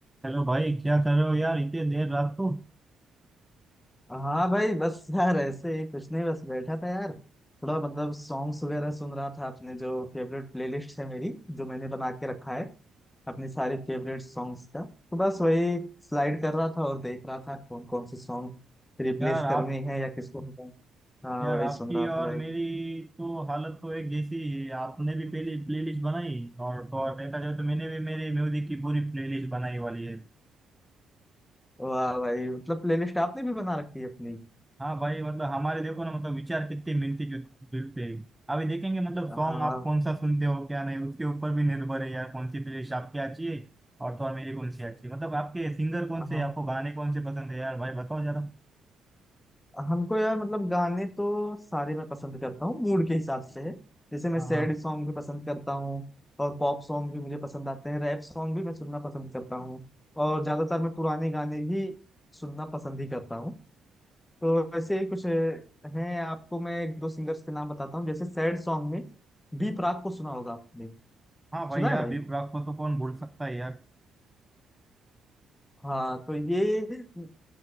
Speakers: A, in the centre; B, on the left (about 15°).
A: Hello भाई क्या कर रहे हो यार इतने देर रात को
B: हाँ भाई बस यार ऐसे ही कुछ नहीं बस बैठा था यार थोड़ा मतलब सॉन्ग्स वगैरह सुन रहा था अपने जो फेवरेट प्लेलिस्ट है मेरी जो मैंने बना के रखा है अपने सारे फेवरेट सॉन्ग्स का तो बस वही स्लाइड कर रहा था और देख रहा था कौन कौन से सॉन्ग रिप्लेस
A: यार आप
B: करने हैं या किसको हटाएं। हाँ
A: यार
B: वही
A: आपकी
B: सुन रहा था
A: और
B: भाई
A: मेरी तो हालत तो एक जैसी ही है आपने भी पहले प्लेलिस्ट बनाई और तो और देखा जाए तो मैंने भी मेरे म्यूजिक की पूरी प्लेलिस्ट बनाई वाली है
B: वाह भाई मतलब प्लेलिस्ट आपने भी बना रखी है अपनी
A: हाँ भाई मतलब हमारे देखो ना मतलब विचार कितने मिलते जु- जुलते हैं अभी देखेंगे मतलब सॉन्ग
B: हाँ
A: आप कौन सा सुनते हो क्या नहीं उसके ऊपर भी निर्भर है यार कौन सी प्लेलिस्ट आपकी अच्छी है और तो और मेरी कौन सी अच्छी है मतलब आपके सिंगर कौन से
B: हाँ
A: हैं? आपको गाने कौन से पसंद है यार भाई बताओ जरा
B: हमको यार मतलब गाने तो सारे मैं पसंद करता हूँ मूड के हिसाब से है जैसे मैं
A: हाँ
B: सैड
A: हाँ
B: सॉन्ग भी पसंद करता हूँ और पॉप सॉन्ग भी मुझे पसंद आते हैं रैप सॉन्ग भी मैं सुनना पसंद करता हूँ और ज्यादातर मैं पुराने गाने ही सुनना पसंद ही करता हूँ तो वैसे ही कुछ अ, हैं आपको मैं एक दो सिंगर्स के नाम बताता हूँ जैसे सैड सॉन्ग में बी प्राक को सुना होगा आपने
A: हाँ भाई
B: सुना
A: यार
B: है भाई
A: दीप राग को तो कौन भूल सकता है यार
B: हाँ तो ये अ,